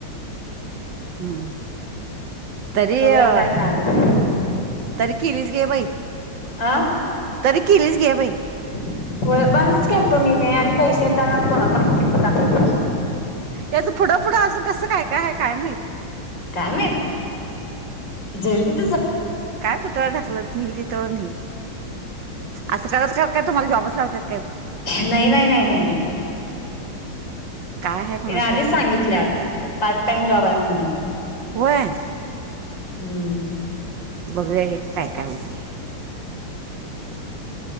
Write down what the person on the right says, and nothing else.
हम्म, तरी
अ
तरी किलीच घे बाई,
तरी किलीच घे बाई.
याचं पुढं पुुढं अजून कसं काय काय आहे काय माहित?
काय कुठवर ढकलत नेईल तिथवर नेईल. असं करत करत काय तुम्हाला जॉबच लावत्यात
काय आहे कोणास
ठाऊक
पुढचं
व्हय?
बघुया हे काय काय होतंय.